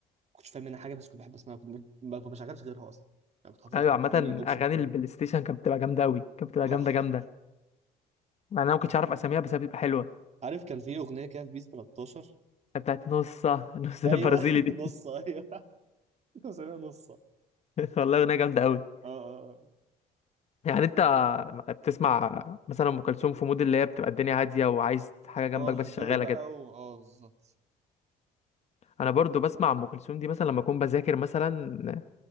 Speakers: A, on the right; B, on the left.
A: كنتش فاهم منها حاجه بس كنت بحب اسمعها كنت ب- ما بشغلش غيرها اصلا يعني كنت حافظها
B: ايوه
A: كان
B: عامة
A: في اوبشن
B: اغاني
A: كده
B: البلاي ستيشن كانت بتبقى جامدة اوي كانت
A: <laughs>
B: بتبقى جامدة
A: اه
B: جامدة مع إن انا ما كنتش عارف اساميها بس هي بتبقى حلوة
A: عارف كان في اغنيه كده في بيس 13
B: بتاعت نص <laughs> نص البرازيلي
A: ايوه <laughs>
B: دي
A: نص ايوه <laughs> مسميها نص اه
B: <laughs> والله اغنية جامدة اوي
A: اه
B: يعني انت بتسمع مثلا ام كلثوم في مود اللي هي بتبقى الدنيا هادية وعايز حاجة جنبك
A: اه اه
B: بس
A: هدوء
B: شغالة
A: بقى
B: كده
A: و... اه بالظبط
B: انا برضو بسمع ام كلثوم دي مثلا لما اكون بذاكر مثلا